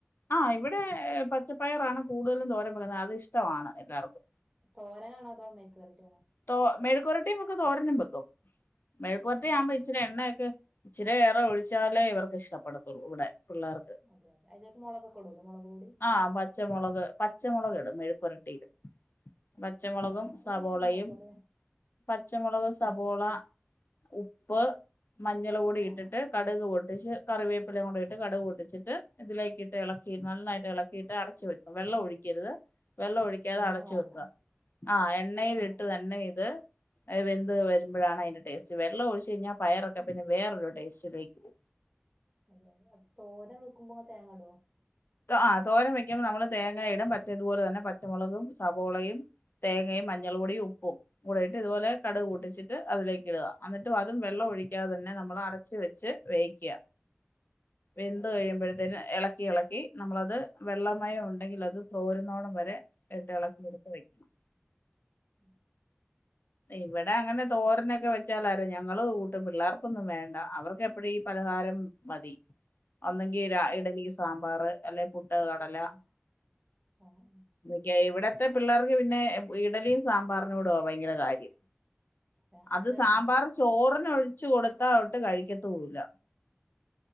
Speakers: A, on the left; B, on the right.
A: ആഹ് ഇവിടെ പച്ചപ്പയറാണ് കൂടുതലും തോരം വക്കുന്നത്. അത് ഇഷ്ടമാണ് എല്ലാവർക്കും.
B: തോരനാണോ അതോ മെഴുക്കു വരട്ടിയാണോ?
A: തോ, മെഴുക്കുവരട്ടിയും വെക്കും തോരനും വെക്കും. മെഴുക്കുവരട്ടി
B: ആഹ്
A: ആവുമ്പോ
B: ആഹ്
A: ഇച്ചിരി എണ്ണയൊക്കെ ഇച്ചിരിയേറെ ഒഴിച്ചാലേ ഇവർക്ക് ഇഷ്ടപ്പെടത്തുള്ളൂ ഇവിടെ പിള്ളേർക്ക്.
B: അതെ അതെ അതിലേക്ക് മുളകൊക്കെ ഇടൂല്ലെ, മുളക് പൊടി?
A: ആഹ് പച്ചമുളക്, പച്ചമുളക് ഇടും മെഴുക്ക് വരട്ടിയില്. പച്ചമുളകും
B: ആഹ്
A: സവോളയും
B: അതെങ്ങനെ ഇണ്ടാക്കല്
A: പച്ചമുളക് സബോള
B: ആഹ്
A: ഉപ്പ് മഞ്ഞള് പൊടി ഇട്ടിട്ട്
B: ആഹ്
A: കടുക് പൊട്ടിച്ച് കറിവേപ്പിലേം കൂടി ഇട്ട് കടുക് പൊട്ടിച്ചിട്ട്, ഇതിലേക്കിട്ട് ഇളക്കി നന്നായിട്ട് ഇളക്കിയിട്ട് അടച്ചു വെക്കും. വെള്ളം ഒഴിക്കരുത്. വെള്ളം ഒഴിക്കാതെ
B: എണ്ണ
A: അടച്ചു
B: വാരണം
A: വെക്കുക. ആഹ് എണ്ണയിലിട്ട്
B: ആഹ്
A: തന്നെ ഇത് വെന്ത് വരുമ്പഴാണ് അതിന്റെ ടേസ്റ്റ്. വെള്ളം ഒഴിച്ച് കഴിഞ്ഞാൽ പയറൊക്കെ പിന്നെ വേറൊരു ടേസ്റ്റിലേക്ക് പോവും.
B: അതെ അതെ. അഹ് തോരൻ വെക്കുമ്പോ തേങ്ങ ഇടുവോ?
A: ആഹ് തോരൻ വെക്കുമ്പോ നമ്മള് തേങ്ങ ഇടും. പച്ച ഇതുപോലെ തന്നെ പച്ചമുളകും സവോളയും തേങ്ങയും മഞ്ഞൾ പൊടിയും
B: ഉം
A: ഉപ്പും കൂടെ ഇട്ട് ഇതുപോലെ കടുക്
B: ആഹ്
A: പൊട്ടിച്ചിട്ട് അതിലേക്ക് ഇടുക. എന്നിട്ട് അതും വെള്ളം ഒഴിക്കാതെ തന്നെ നമ്മൾ അടച്ച് വെച്ച് വേവിക്കുക. വെന്ത്
B: ഓഹ്
A: കഴിയുമ്പഴത്തേന് ഇളക്കി ഇളക്കി നമ്മളത് വെള്ളമയം ഉണ്ടെങ്കിൽ അത് തോരുന്നോളം വരെ ഇട്ട് ഇളക്കി എടുത്ത് വയ്ക്കണം.
B: ഉം. ഉം
A: ഇവടെ അങ്ങനെ
B: ഓക്കെ
A: തോരനൊക്കെ
B: ഓക്കെ
A: വെ ച്ചാലാര്, ഞങ്ങള് കൂട്ടും. പിള്ളേർക്കൊന്നും വേണ്ട. അവർക്കെപ്പഴും ഈ പലഹാരം മതി. ഒന്നെങ്കി രാ, ഇഡ്ഡലി, സാമ്പാർ. അല്ലെങ്കി പുട്ട് കടല
B: ഉം ആഹ്
A: ഒക്കെയാ. ഇവിടത്തെ പിള്ളേർക്ക് പിന്നെ ഇഡ്ഡലിയും സാമ്പാറിനോടുവാ ഭയങ്കര കാര്യം.
B: രാത്രി
A: അത്
B: രസാണല്ലോ
A: സാമ്പാർ ചോറിനൊഴിച്ചു കൊടുത്താ അതൊട്ട് കഴിക്കത്തു ഇല്ല.